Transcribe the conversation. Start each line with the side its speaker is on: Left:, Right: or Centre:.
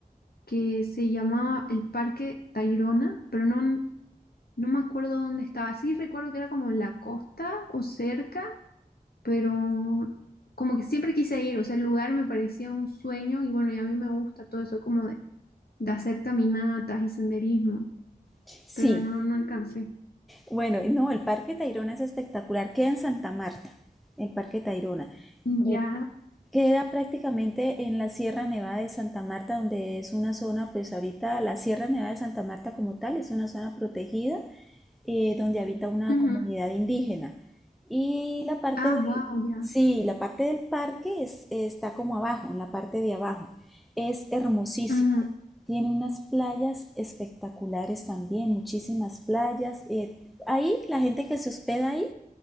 Left: que se llamaba el Parque Tayrona, pero no, no me acuerdo dónde estaba. Sí recuerdo que era como en la costa o cerca, pero como que siempre quise ir, o sea, el lugar me parecía un sueño y bueno, y a mí me gusta todo eso como de, de hacer caminatas y senderismo,
Centre: sí,
Left: pero no, no alcancé.
Centre: Bueno, no, el Parque Tayrona es espectacular, queda en Santa Marta, el Parque Tayrona.
Left: Ya.
Centre: Eh, Queda prácticamente en la Sierra Nevada de Santa Marta, donde es una zona, pues ahorita la Sierra Nevada de Santa Marta como tal es una zona protegida eh, donde habita una
Left: Ujú.
Centre: comunidad indígena. Y la parte
Left: Ah,
Centre: del,
Left: wow, ya.
Centre: sí, la parte del parque es- está como abajo, en la parte de abajo. Es hermosísimo.
Left: Ujú.
Centre: Tiene unas playas espectaculares también, muchísimas playas. eh, ahí la gente que se hospeda ahí